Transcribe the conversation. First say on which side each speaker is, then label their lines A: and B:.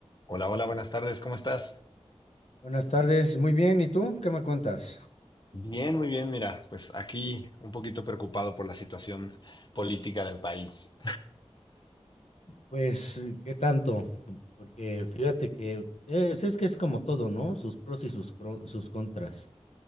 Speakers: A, on the left (about 45°); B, on the left (about 80°).
A: Hola, hola, buenas tardes, ¿cómo estás?
B: Buenas tardes, muy bien. ¿Y tú qué me cuentas?
A: Bien, muy bien, mira, pues aquí un poquito preocupado por la situación política del país.
B: Pues, eh, ¿qué tanto? Porque fíjate que es, es que es como todo, ¿no? Sus pros y sus, cro- sus contras.